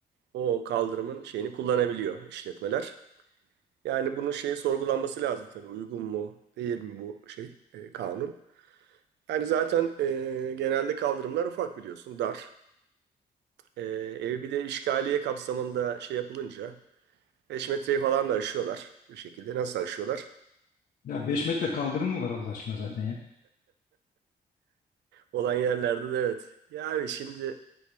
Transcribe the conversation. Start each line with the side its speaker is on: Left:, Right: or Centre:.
Right: o kaldırımın şeyini kullanabiliyor işletmeler. Yani bunun şeyi sorgulanması lazım tabii. Uygun mu değil mi bu şey e, kanun? Yani zaten e, genelde kaldırımlar ufak biliyorsun dar. E, ev bir de işgaliye kapsamında şey yapılınca 5 metreyi falan da aşıyorlar. Bu şekilde nasıl aşıyorlar?
Left: Ya 5 metre kaldırım mı var Allah aşkına zaten ya?
Right: Olan yerlerde de evet. Yani şimdi